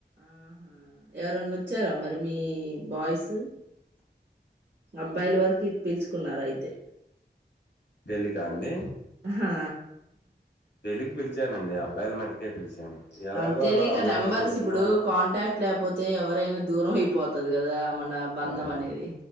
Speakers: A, on the right; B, on the left.
A: ఆహా ఎవరన్నా వచ్చారా మరి మీ బాయ్స్ అబ్బాయిల వరకు పిలుచుకున్నార అయితే
B: పెళ్లికా అండి
A: హా
B: పెళ్ళికి పిలిచానండి అబ్బాయిల మటికే పిలిచాను ఎలాగో
A: అంతే లేక
B: అమ్మాయిలను
A: నెంబర్స్
B: పిలిచినా
A: ఇప్పుడు కాంటాక్ట్ లేకపోతే ఎవరై దూరం అయిపోతుది కదా మన బంధం
B: అదే అండి
A: అనేది